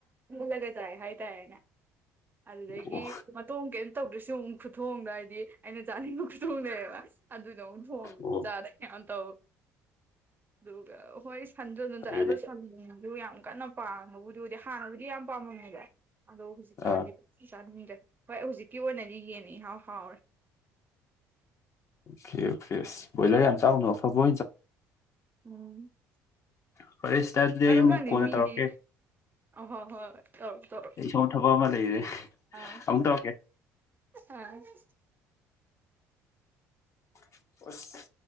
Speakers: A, on the right; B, on the left.
A: ꯄꯨꯜꯂꯒ ꯆꯥꯏ ꯍꯥꯏꯇꯥꯔꯦꯅꯦ ꯑꯗꯨꯗꯒꯤ
B: ꯑꯣ
A: ꯃꯇꯣꯡ ꯀꯩꯝ ꯇꯧꯗ꯭ꯔꯁꯤ ꯑꯃꯨꯛ ꯈꯨꯊꯣꯡꯗ ꯍꯥꯏꯗꯤ ꯑꯩꯅ ꯆꯥꯅꯤꯡꯕ ꯈꯨꯊꯣꯡꯅꯦꯕ ꯑꯗꯨꯗ ꯍꯣꯡ
B: ꯑꯣ
A: ꯆꯥꯔ ꯀꯅ ꯇꯧ ꯑꯗꯨꯒ ꯍꯣꯏ ꯁꯟꯁꯨ ꯑꯗꯨꯝ
B: ꯐꯩꯅꯦ
A: ꯆꯠꯦ ꯑꯗꯣ ꯁꯟꯗꯨ ꯌꯥꯝ ꯀꯟꯅ ꯄꯥꯝꯕꯕꯨꯗꯨꯕꯨꯗꯤ ꯍꯥꯟꯅꯕꯨꯗꯤ ꯌꯥꯝ ꯄꯥꯝꯃꯝꯃꯦꯗ ꯑꯗꯣ ꯍꯧꯖꯤꯛꯀꯥꯟꯗꯤ
B: ꯑꯥ
A: ꯆꯥꯅꯃꯤꯗꯦ ꯍꯣꯏ ꯍꯧꯖꯤꯛꯀꯤ ꯑꯣꯏꯅꯗꯤ ꯌꯦꯟꯅꯤ ꯏꯍꯥꯎ ꯍꯥꯎꯔꯦ
B: ꯑꯣꯦ ꯑꯣꯀꯦꯁ ꯣꯏꯂꯔ ꯍꯥꯏ ꯆ ꯑꯥꯎꯅ ꯑꯐꯕ
A: ꯎꯝ
B: <unintelligible>
A: ꯑꯗꯣ ꯈꯪꯗꯦ
B: ꯀꯣꯟꯅ
A: ꯃꯤꯗꯤ
B: ꯇꯧꯔꯛꯀꯦ
A: ꯑꯣ ꯍꯣꯏ ꯍꯣꯏ <unintelligible> ꯇꯧꯔꯣ
B: ꯑꯩ ꯁꯣꯝ ꯊꯕꯛ ꯑꯃ ꯂꯩꯔꯦ
A: ꯑ
B: ꯑꯃꯨꯛ ꯇꯧꯔꯛꯀꯦ
A: ꯑ <unintelligible>
B: <unintelligible>